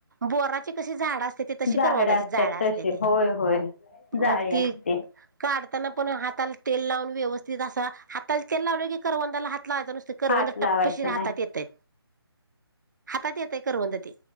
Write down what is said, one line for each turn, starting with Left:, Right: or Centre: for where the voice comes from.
Right: बोराची कशी झाडं अस त्याती तशी
Left: झाड
Right: करवंदाची
Left: असतात
Right: जाळ्या असत्याती
Left: तसे होय होय
Right: मग
Left: जाळी
Right: ती
Left: असते
Right: काड तानं पण हाताला तेल लावून व्यवस्थित असं हाताला तेल लावलं की करवंदाला हात लावायचं नुसतं करवंद
Left: हात लावायचं
Right: टप्पशीरी हातात
Left: नाही
Right: येतंय हातात येतंय करवंद ते